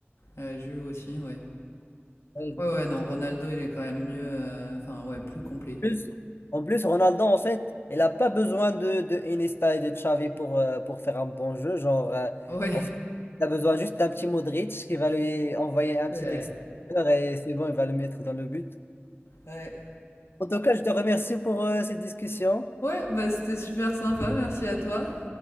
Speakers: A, on the left; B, on the left.
A: Euh, Juve aussi, ouais.
B: Ouais,
A: Ouais, ouais, non, Ronaldo, il est quand même mieux, euh, enfin, ouais, plus complet.
B: plus- En plus, Ronaldo, en fait, il n'a pas besoin de, de Iniesta et de Xavi pour, euh, pour faire un bon jeu. Genre, euh,
A: Ouais,
B: en fait, il a besoin juste d'un petit Modric qui va lui envoyer un
A: <laughs> c'est
B: petit
A: vrai.
B: extérieur et c'est bon, il va le mettre dans le but.
A: Ouais.
B: En tout cas, je te remercie pour euh, cette discussion.
A: Ouais, bah, c'était super sympa, merci à toi.